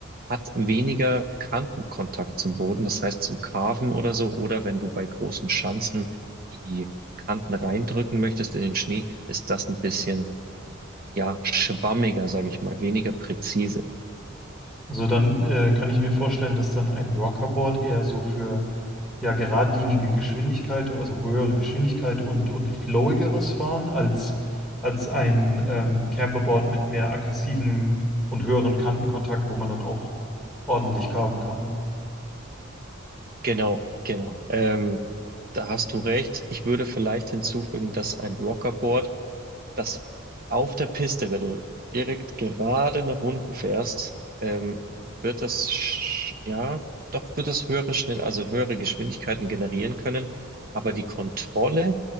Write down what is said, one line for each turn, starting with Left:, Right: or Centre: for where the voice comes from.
Right: hat weniger Kantenkontakt zum Boden, das heißt zum Carven oder so. Oder wenn du bei großen Schanzen die Kanten reindrücken möchtest in den Schnee, ist das ein bisschen, ja, schwammiger, sage ich mal, weniger präzise.
Centre: Also dann äh, kann ich mir vorstellen, dass dann ein Rockerboard eher so für ja geradlinige Geschwindigkeit, also höhere Geschwindigkeit und und flowigeres Fahren als als ein ähm, Camperboard mit mehr aggressiven und höheren Kantenkontakt, wo man dann auch ordentlich carven kann.
Right: Genau, genau. Ähm, da hast du recht. Ich würde vielleicht hinzufügen, dass ein Rockerboard, das auf der Piste, wenn du direkt gerade nach unten fährst, ähm, wird das, sch- ja, doch wird das höhere schnell, also höhere Geschwindigkeiten generieren können. Aber die Kontrolle